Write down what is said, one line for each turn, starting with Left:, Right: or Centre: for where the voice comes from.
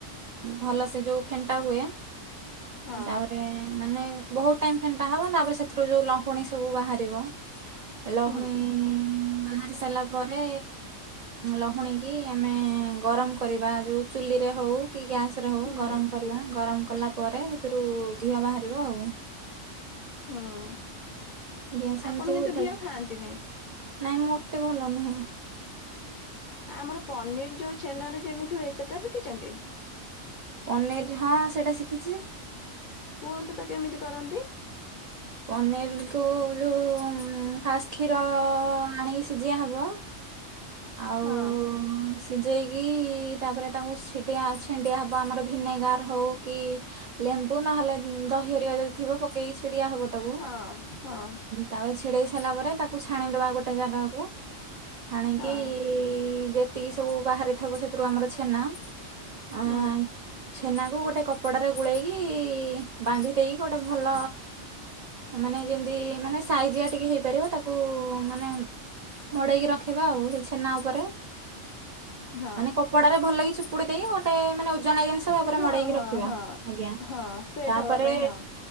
Right: ଭଲ ସେ ଯୋଉ ଫେଣ୍ଟା ହୁଏ।
Left: ହଁ
Right: ତାପରେ ମାନେ ବହୁତ ଟାଇମ ଫେଣ୍ଟା ହବ ତାପରେ ସେଥିରୁ ଯୋଉ ଲହୁଣୀ ସବୁ ବାହାରିବ ଲହୁଣୀ
Left: ହୁଁ
Right: ବାହାରି ସାରିଲା ପରେ ଲହୁଣୀ କିି ଆମେ ଗରମ କରିବା ଯେଉଁ ଚୁଲିରେ ହଉ କି ଗ୍ୟାସ ରେ ହଉ
Left: ହୁଁ
Right: ଗରମ କରିବା ଗରମ କଲା ପରେ ସେଥିରୁ ଘିଅ ବାହାରିବ ଆଉ।
Left: ହୁଁ
Right: ଘିଅ ସେମିତି
Left: ଆପଣ
Right: ହୋଇଥାଏ
Left: କିନ୍ତୁ ଘିଅ ଖାଆନ୍ତିନି।
Right: ନାଇଁ ମୁଁ ଏତେ ଭଲ ନୁହଁ।
Left: ଆମର ପନିର ଯୋଉ ଛେନାରୁ ଯେମିତି ହୁଏ ସେଟା ଶିଖିଛନ୍ତି?
Right: ପନିର ହଁ ସେଇଟା ଶିଖିଛି।
Left: କୁହନ୍ତୁ ତ କେମିତି କରନ୍ତି?
Right: ପନିର କୁ ଯୋଉ ଫାଷ୍ଟ୍ କ୍ଷୀର ଆଣିକି ସିଝାହବ। ଆଉ
Left: ହଁ
Right: ସିଜେଇକି ତାପରେ ତାକୁ <unintelligible> ଛିଣ୍ଡିଆ ହେବ ଆମର ଭିନେଗାର ହେଉ କି ଲେମ୍ବୁ ନହେଲେ ଦହି ହେରିଆ ଯଦି ଥିବ ପକେଇକି ଛିଡି଼ଆ ହବ ତାକୁ।
Left: ହଁ ହଁ
Right: ତାପରେ ଚିଡ଼େଇ ସାରିଲା ପରେ ତାକୁ ଛାଣିଦବା ଗୋଟେ ଜାଗାକୁ ଛାଣିକି
Left: ହଁ
Right: ଯେତିକି ସବୁ ବାହାରିଥବ ସେଥିରୁ ଆମର ଛେନା ଅ
Left: ହୁଁ।
Right: ଛେନାକୁ ଗୋଟେ କପଡ଼ା ରେ ଗୁଳେଇକି ବାନ୍ଧି ଦେଇକି ଗୋଟେ ଭଲ ମାନେ ଯେମିତି ମାନେ ସାଇଜିଆ ଟିକେ ହେଇପାରିବ ତାକୁ ମାନେ ମଡେଇକି ରଖିବା ଆଉ ସେ ଛେନା ଉପରେ
Left: ହଁ
Right: ମାନେ କପଡ଼ାରେ ଭଲକି ଚିପୁଡ଼ି ଦେଇକି ଗୋଟେ ମାନେ ଓଜନିଆ ଜିନି ତା ଉପରେ
Left: ହଁ
Right: ମଡେଇକି
Left: ହଁ
Right: ରଖିବା
Left: ହଁ
Right: ଆଜ୍ଞା
Left: ହଁ ସେଟ୍
Right: ତାପରେ
Left: ହବା ପାଇଁ ଆଉ